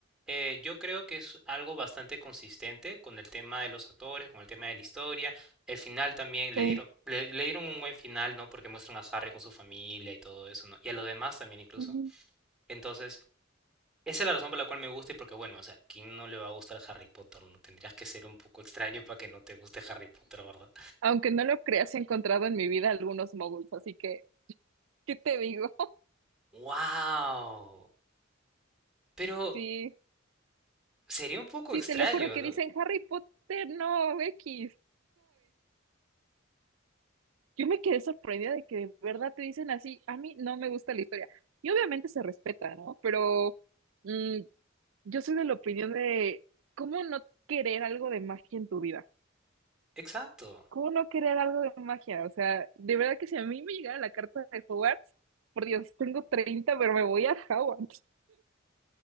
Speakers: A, in the centre; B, on the right (about 75°).
A: eh, yo creo que es algo bastante consistente con el tema de los actores, con el tema de la historia. El final también le
B: sí.
A: dieron, le, le dieron un buen final, ¿no? Porque muestran a Harry con su familia y todo eso, ¿no? Y a los demás también incluso.
B: ujú.
A: Entonces, esa es la razón por la cual me gusta y porque, bueno, o sea, ¿quién no le va a gustar Harry Potter? No tendrías que ser un poco extraño para que no te guste Harry Potter, ¿verdad?
B: Aunque no lo creas, he encontrado en mi vida algunos moguls, así que, ¿qué te digo? <laughs>
A: ¡Wow! Pero
B: Sí,
A: sería un poco
B: sí,
A: extraño,
B: te lo juro que
A: ¿no?
B: dicen Harry Potter, no, X. Yo me quedé sorprendida de que de verdad te dicen así, a mí no me gusta la historia. Y obviamente se respeta, ¿no? Pero mm, yo soy de la opinión de cómo no querer algo de magia en tu vida.
A: Exacto.
B: ¿Cómo no querer algo de magia? O sea, de verdad que si a mí me llegara la carta de Hogwarts, por Dios, tengo 30 pero me voy a Hogwarts.